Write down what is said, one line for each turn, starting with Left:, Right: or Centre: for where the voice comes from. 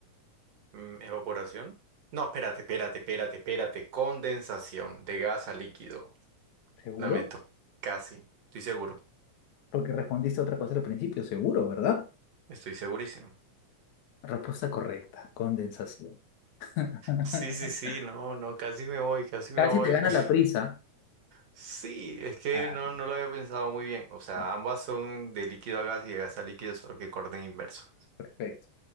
Right: Mm, ¿Evaporación? No, espérate, espérate, espérate, espérate. Condensación de gas a líquido.
Left: ¿Seguro?
Right: Lamento, casi, estoy seguro,
Left: Porque respondiste otra cosa al principio, seguro, ¿verdad?
Right: estoy segurísimo.
Left: Respuesta correcta, condensación. <laughs>
Right: Sí, sí, sí, no, no, casi me voy, casi me
Left: Casi
Right: voy.
Left: te gana
Right: <laughs>
Left: la prisa.
Right: Sí, es que
Left: Ah,
Right: no, no lo había pensado muy bien. O sea,
Left: no,
Right: ambas son de líquido a gas y de gas a líquido, solo que orden inverso.
Left: perfecto.